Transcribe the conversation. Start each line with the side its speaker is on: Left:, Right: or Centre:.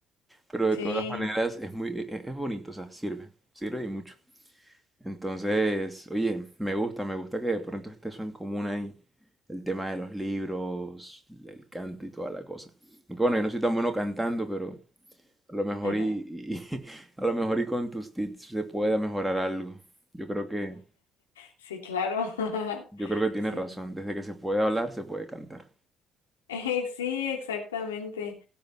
Centre: Pero de
Left: Sí.
Centre: todas maneras es muy, e- e- es, bonito, o sea, sirve, sirve y mucho. Entonces, oye, me gusta, me gusta que de pronto esté eso en común ahí. El tema de los libros, el canto y toda la cosa. Aunque bueno, yo no soy tan bueno cantando, pero, a lo mejor
Left: <laughs>
Centre: y, y- <laughs> a lo mejor y con tus tips se pueda mejorar algo. Yo creo que,
Left: Sí, claro. <laughs>
Centre: yo creo que tienes
Left: Sí.
Centre: razón. Desde que se puede hablar, se puede cantar.
Left: <laughs> Sí, exactamente.